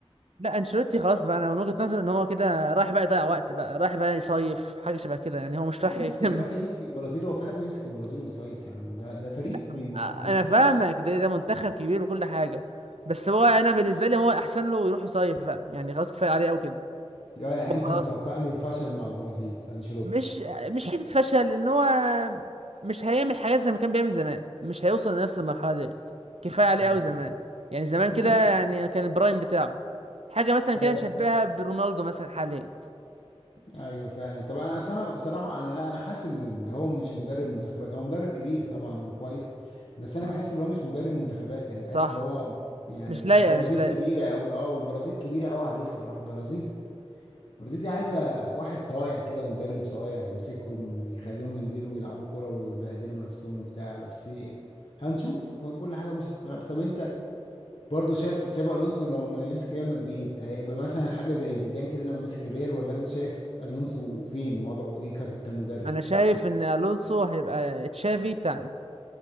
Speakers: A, on the right; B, on the left.
A: لا انشيلوتي خلاص بقى انا من وجهة نظري ان هو كده رايح بقى يضيع وقت بقى رايح بقى يصيف حاجه شبه كده يعني هو مش
B: يا
A: رايح
B: عم
A: يكمل
B: بس هيروح يمسك البرازيل هو في حد بيمسك البرازيل ويصيف يا عم ده, ده فريق
A: لا
B: بي-
A: انا
B: منتخب
A: فاهمك ده ده منتخب كبير وكل حاجه بس هو انا بالنسبه لي هو احسن له يروح يصيف بقى يعني خلاص كفايه عليه قوي كده
B: اه يعني
A: هو
B: انت
A: خلاص
B: متوقع له الفشل مع البرازيل انشيلوتي
A: مش مش حته فشل ان هو مش هيعمل حاجات زي ما كان بيعمل زمان مش هيوصل لنفس المرحله دي كفايه عليه
B: يعني
A: قوي زمان يعني زمان كده
B: ممكن
A: يعني كان البرايم بتاعه حاجه مثلا كده
B: ايوه
A: نشبهها برونالدو مثلا حاليا
B: ايوه فعلا طب انا اصل انا بصراحه انا لا انا حاسس ان اللي هو مش مدرب منتخبات هو مدرب كبير طبعا وكويس بس انا
A: مم.
B: بحس ان هو مش مدرب منتخبات يعني بحس
A: صح
B: ان هو يعني
A: مش لايقه
B: البرازيل
A: مش لايقه
B: كبيره قوي اه والبرازيل كبيره قوي عليه الصراحه البرازيل البرازيل دي عايزه واحد صايع كده مدرب صايع يمسكهم يخليهم ينزلوا يلعبوا كوره ويبهدلوا نفسهم وبتاع بس هنشوف كل حاجه مش هتستغرب طب انت برضه شايف تشابي الونسو لو ما يمسك ريال مدريد هيبقى مثلا حاجه زي زيدان كده لما مسك الريال ولا انت شايف الونسو فين وضعه ايه كف- كمدرب
A: انا شايف ان الونسو هيبقى تشافي بتاعنا